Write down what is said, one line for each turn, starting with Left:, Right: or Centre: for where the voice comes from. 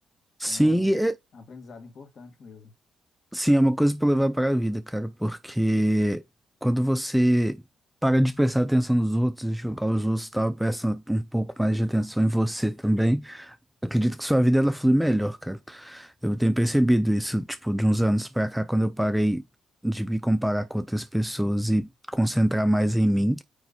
Centre: Sim,
Left: Então, é um aprendizado importante mesmo.
Centre: Sim, é uma coisa pra levar para a vida, cara, porque quando você para de prestar atenção nos outros, julgar os outros e tal, presta um pouco mais de atenção em você também, acredito que sua vida ela flui melhor, cara. Eu tenho percebido isso, tipo, de uns anos pra cá, quando eu parei de me comparar com outras pessoas e concentrar mais em mim,